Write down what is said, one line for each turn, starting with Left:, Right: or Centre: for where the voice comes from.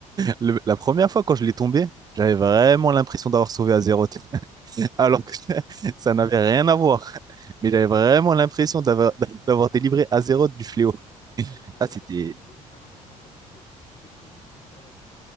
Right: Le- la première fois quand je l'ai tombé, j'avais vraiment l'impression d'avoir sauvé à zéro, <laughs> alors que <laughs> ça n'avait rien à voir. Mais j'avais vraiment l'impression d'avoir <laughs> d'avoir délivré à zéro du fléau.
Left: Ouais, alors qu'en
Right: Ah,
Left: vrai,
Right: c'était
Left: t'avais t'avais juste tabassé un, un tas de pixels qui était prévu pour que tu le tabasses.